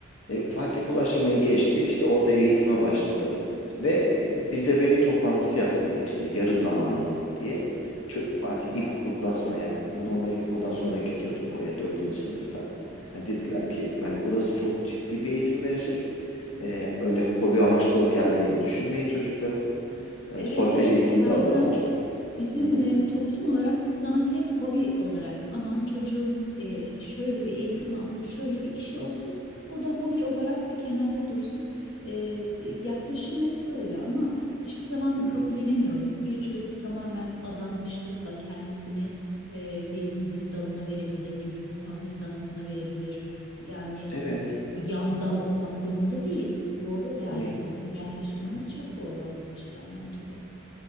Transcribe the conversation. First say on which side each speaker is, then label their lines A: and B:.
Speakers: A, on the left; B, on the left.
A: E, Fatih bu aşamayı geçti. İşte orada eğitime başladı. Ve bize veli toplantısı yapıldı işte yarı zamanlı diye. Çö- Fatih ilkokuldan sonra yani normal ilkokuldan sonra gidiyordu oraya dördüncü sınıfta. Yani dediler ki hani burası çok ciddi bir eğitim verecek. E, öyle hobi amaçlı geldiğini düşünmeyin çocukların. E,
B: Evet
A: solfej
B: evet
A: eğitimi
B: zaten
A: de alıyorlar.
B: Bizim
A: Hı hı,
B: e, toplum olarak sanatı hep hobi olarak aman çocuğum e, şöyle bir eğitim
A: hı,
B: alsın, şöyle bir işi olsun, o da hobi olarak bir kenarda dursun. E, yaklaşım hep böyle ama hiçbir zaman
A: hı hı.
B: kabullenemiyoruz. Bir çocuk tamamen adanmışlıkla kendisini e, bir müzik dalına verebilir, ne bileyim bir sahne sanatına verebilir. Yani
A: Evet
B: e, bu yan dal olmak zorunda değil. Doğru yani
A: değil.
B: sizin yaklaşımınız
A: Hı hı.
B: çok doğru o açıdan bence de.